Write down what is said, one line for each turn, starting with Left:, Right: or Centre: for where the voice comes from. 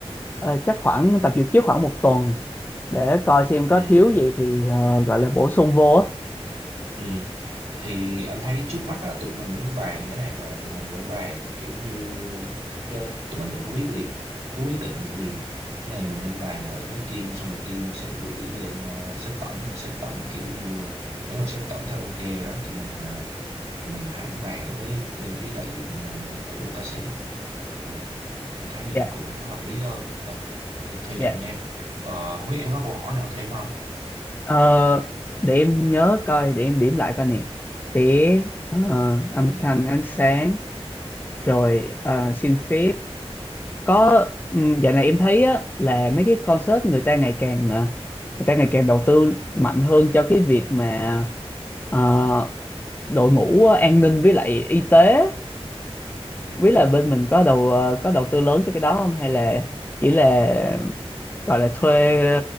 Left: Ờ, chắc khoảng
Right: Ừ.
Left: tập dược trước khoảng một tuần để coi xem
Right: Ừ.
Left: có thiếu gì thì ờ, gọi là bổ sung vô á
Right: Ừ. thì anh thấy trước mắt á, tụi mình vẫn bàn cái này là tụi mình vẫn bàn kiểu như chứ tụi mình đừng có quyết liệt cứ quyết định liền cái này mình nên bàn lại với team xong rồi team sẽ gửi lên ờ, sếp tổng rồi sếp tổng kiểu như nếu mà sếp tổng thấy ok đó thì mình ờ, tụi mình hẳn bàn lại với bên phía đại diện ờ, của ca sĩ ừ anh thấy vậy
Left: dạ
Right: cũng hợp lý hơn ừ thôi, thôi
Left: dạ
Right: vậy nha em Ờ, không biết em có câu hỏi nào thêm không
Left: Ờ, để em nhớ coi để em điểm lại coi nè để ờ, âm
Right: ừ
Left: thanh ánh sáng rồi ờ, xin phép có um, dạo này em thấy á, là mấy cái concert người ta ngày càng ờ, người ta ngày càng đầu tư mạnh hơn cho cái việc mà ờ, đội ngũ ờ, an ninh với lại y tế
Right: ừ
Left: với biết là bên mình có đầu ờ, có đầu tư lớn cho cái đó không hay là chỉ là gọi là thuê